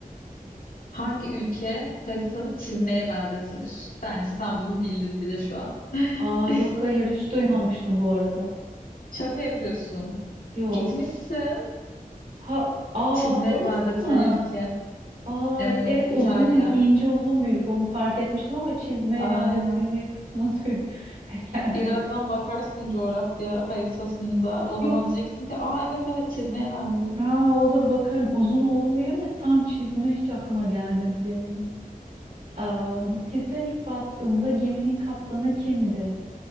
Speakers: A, on the left (about 80°); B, on the right (about 75°).
A: Hangi ülke haritada çizmeye benzetilir? Bence sen bunu bildin bile şu an. <laughs>
B: Aa, yok hayır hiç duymamıştım bu arada.
A: Şaka yapıyorsun.
B: Yok.
A: Gitmişsin.
B: Ha, aa
A: Çizmeye
B: orası
A: benzetilen
B: mı?
A: ülke.
B: Aa,
A: Evet,
B: evet
A: İtalya.
B: uzun, ince uzun bir ülke onu fark etmiştim ama çizmeye
A: Aynen.
B: benzetildiği kısmına <laughs> duy- gelmemiş.
A: Birazdan bakarsın coğrafya haritasında. O zaman
B: Yok
A: diyeceksin ki, aa evet evet çizmeye benziyor.
B: Aa, olur bakarım. Uzun olduğunu biliyorum da tam çizme hiç aklıma gelmedi benim. Am, Titanic battığında geminin kaptanı kimdi?